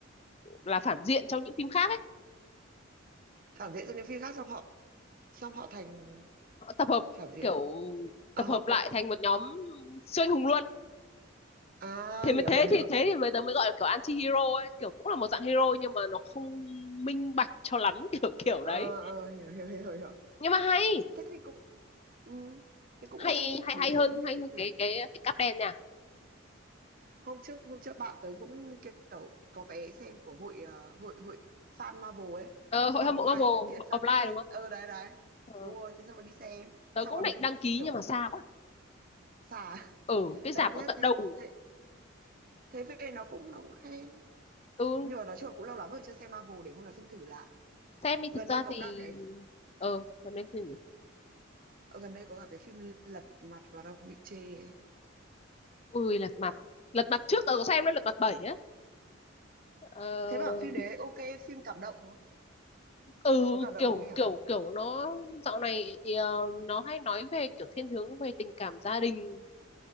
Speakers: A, on the left; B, on the right.
A: là phản diện trong những phim khác ấy
B: Phản diện cho những phim khác sao họ xong họ thành
A: họ tập hợp
B: phản diện
A: kiểu
B: à
A: tập
B: họ
A: hợp lại
B: tập
A: thành một nhóm siêu anh hùng luôn
B: à
A: thế mới
B: hiểu
A: thế
B: hiểu hiểu
A: thì thế thì bây giờ mới gọi là kiểu anti hero ấy kiểu cũng là một dạng hero nhưng mà nó không minh bạch cho lắm <laughs> kiểu kiểu
B: Ờ,
A: đấy
B: ờ, hiểu hiểu hiểu hiểu hiểu
A: nhưng mà hay
B: thế thì cũng ừ, thế cũng
A: hay
B: ok
A: hay
B: để
A: hay
B: xem
A: hơn
B: để
A: hay
B: xem
A: hơn
B: thử
A: cái cái cái cáp đen nha
B: hôm trước hôm trước bạn tới cũng kiểu có vé xem của hội ờ, hội hội fan Marvel ấy
A: ờ, hội
B: offline
A: hâm mộ Marvel
B: sự kiện
A: offline
B: fan meeting
A: đúng không
B: ờ đấy đấy
A: ờ,
B: đúng rồi thế xong rồi đi xem
A: tớ
B: xong
A: cũng
B: còn
A: định
B: được
A: đăng ký
B: kiểu
A: nhưng mà xa quá
B: xà <laughs>
A: ừ cái rạp
B: đấy thế
A: ở tận
B: thế
A: đầu
B: thế thế về nó cũng nó cũng khen
A: ừ
B: nhưng mà nói chung là cũng lâu lắm rồi chưa xem Marvel để hôm nào xem thử lại
A: xem đi
B: gần
A: thực ra
B: đây có
A: thì
B: cả cái
A: ờ còn nên phim gì
B: Ờ, gần đây có cả cái phim Lật Mặt và đang bị chê ấy.
A: ui lật mặt lật mặt trước tớ có xem đấy lật mặt bảy á ờ,
B: Thế bảo phim đấy ok phim cảm động đúng không?
A: ừ
B: có cảm động
A: kiểu
B: không ấy hả
A: kiểu kiểu nó dạo này ờ, nó hay nói về kiểu thiên hướng về tình cảm gia đình